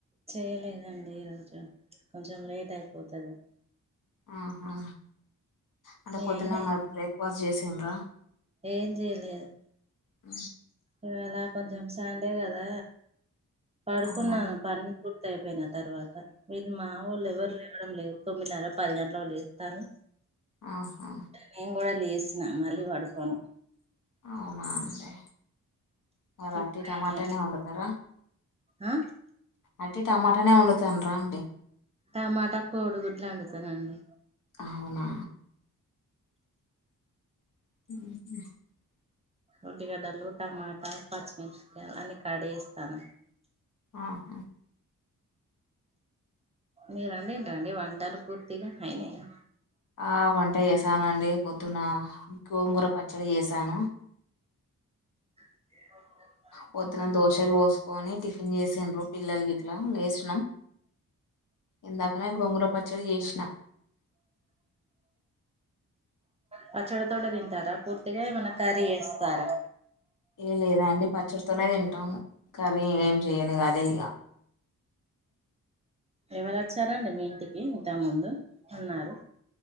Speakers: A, on the right (about 20°); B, on the left (about 60°).
A: చేయలేదండి ఈరోజు కొంచెం లేట్ అయిపోతది
B: ఆహా అంటే
A: మీ
B: పొద్దున్న
A: అయినా
B: మరి బ్రేక్ఫాస్ట్ చేసిండ్ర
A: ఏం చేయలేదు
B: ఆ
A: ఇవళ కొంచెం సండే కదా పడుకున్నాను
B: అవునా
A: పని పూర్తి అయిపోయిన తర్వాత మీరు మా వోళ్ళు ఎవరు లేదు తొమ్మిదిన్నర పది గంటలకు లేస్తాలు
B: ఆహా
A: నేను కూడా లేసినా మళ్ళీ పడుకోను
B: అవునా అండి మరి
A: ఇప్పుడే
B: అట్టి టమాటానే వండుతారా
A: ఆ
B: అట్టి టమాటానే వండుతంర అండి
A: టమాటా కోడిగుడ్లు వండుతానండి
B: అవునా ఉ
A: ఉల్లిగడ్డలు టమాటా పచ్చిమిరపాకాయలు అన్ని కడి చేస్తాన
B: ఆహా
A: మీరు అండిన్ర అండి వంటలు పూర్తిగా అయినాయా
B: ఆ వంట చేసాను అండి పొద్దున్న గోంగూర పచ్చడి చేసాను
A: ఏ
B: పోద్దున దోశలు పోసుకొని టిఫిన్ చేసిండ్రు పిల్లలు గిట్ల లేసినం ఇందాకనే గోంగుర పచ్చడి చేసిన
A: పచ్చడ తోటె తింటారా పూర్తిగా ఏమన్నా కర్రీ చేస్తారా
B: ఏ లేదండి పచ్చడితోనే తింటాము కర్రీ ఏం చెయను ఇగ అదే ఇగ
A: ఎవరు వచ్చారండి మీ ఇంటికి ఇంత ముందు అన్నారు